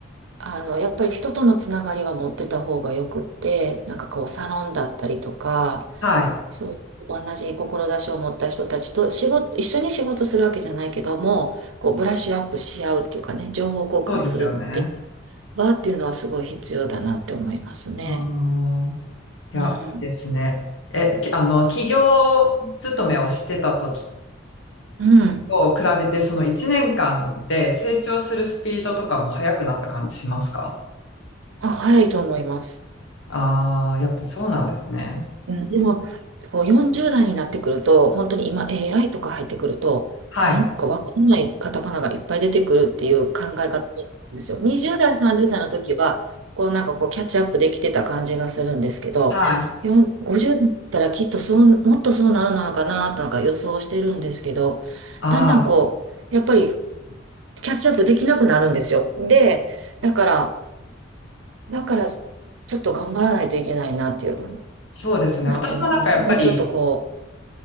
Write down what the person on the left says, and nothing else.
はい。
そうですよね。
あのいや、
いいですね。え、きあの、企業勤めをしてた時
と比べて、その1年間で成長するスピードとかも速くなった感じしますか
ああー、やっぱそうなんですね。
はい。
はい。
ああ、
そうですね。
私もなんかやっぱり、